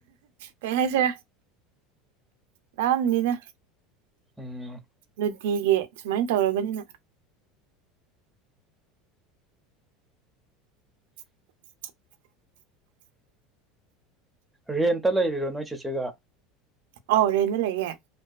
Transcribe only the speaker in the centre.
ꯎꯝ
ꯔꯦꯟꯇ ꯂꯩꯔꯤꯔꯣ ꯅꯣꯏ ꯆꯦꯆꯦꯒ